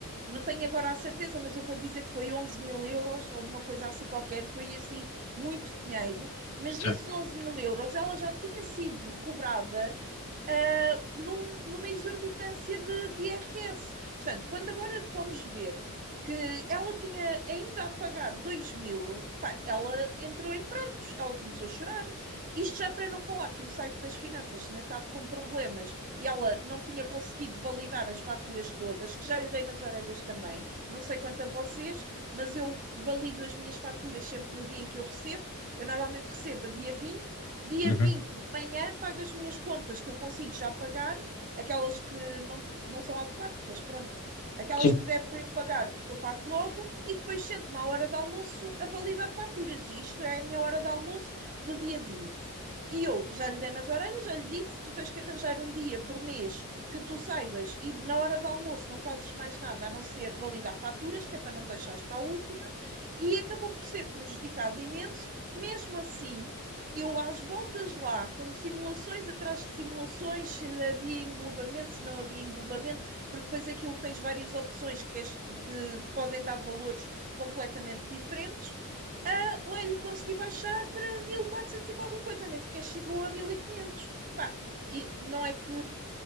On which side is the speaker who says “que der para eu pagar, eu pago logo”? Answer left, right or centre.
Right